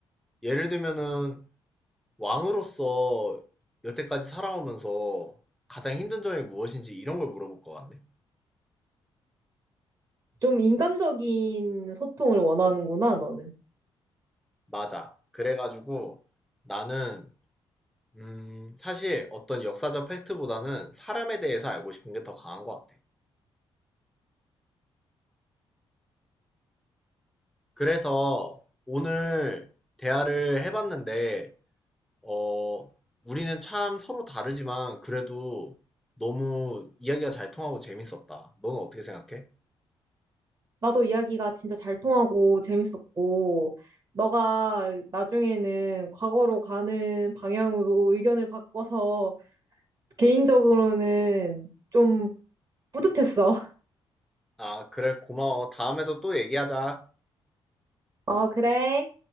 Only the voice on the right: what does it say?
좀 인간적인 소통을 원하는구나, 너는.
나도 이야기가 진짜 잘 통하고 재밌었고, 너가 나중에는 과거로 가는 방향으로 의견을 바꿔서 개인적으로는 좀 뿌듯했어. <laughs>
어, 그래.